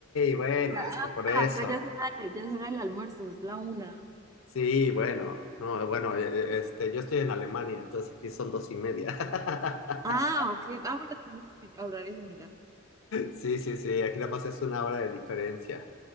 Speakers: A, on the left (about 75°); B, on the right (about 15°).
A: bueno,
B: Ah,
A: es que por eso.
B: acá ya es hora, ya es hora del almuerzo, es la una.
A: Sí, bueno, no, bueno, e- e- este, yo estoy en Alemania, entonces aquí son dos y media. <laughs>
B: Ah, ok. Ah, bueno, tenemos horarios similares.
A: Sí, sí, sí, aquí nada más es una hora de diferencia.